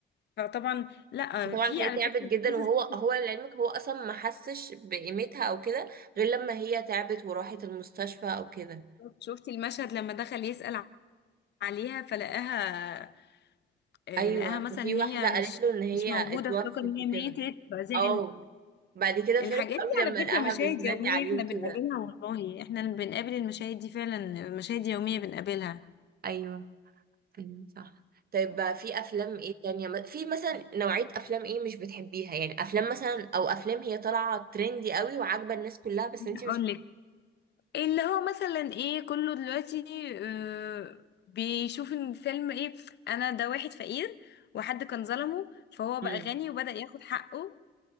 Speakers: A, on the left; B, on the right.
A: فطبعا لا
B: وطبعا
A: في
B: هي
A: على
B: تعبت
A: فكره
B: جدا
A: قصص-
B: وهو هو لعلمك هو اصلا ما حسش بقيمتها او كده غير لما هي تعبت وراحت المستشفى او كده مم.
A: شفتي المشهد لما دخل يسأل عليها فلقاها آه،
B: ايوه
A: لقاها مثلا
B: ففي
A: ان هي
B: واحده
A: مش
B: قالت له ان هي
A: مش موجوده
B: اتوفت
A: افتكر ان هي
B: وكده
A: ماتت فزعل
B: اه بعد كده
A: الحاجات
B: فرح قوي
A: دي على
B: لما
A: فكره
B: لقاها
A: مشاهد
B: بتنادي
A: يوميه
B: عليه
A: احنا
B: وكده
A: بنقابلها والله احنا اللي بنقابل المشاهد دي فعلا مشاهد يوميه بنقابلها
B: ايوه ايوه صح طيب بقى في افلام ايه تانية م- في مثلا نوعيه افلام ايه مش بتحبيها يعني افلام مثلا او افلام هي طالعه ترندي قوي وعاجبه الناس كلها بس انتي
A: اقول
B: مش
A: لك اللي هو مثلا ايه كله دلوقتي آه، بيشوف ان فيلم ايه انا ده واحد فقير وحد كان ظلمه فهو
B: مم.
A: بقى غني وبدأ ياخد حقه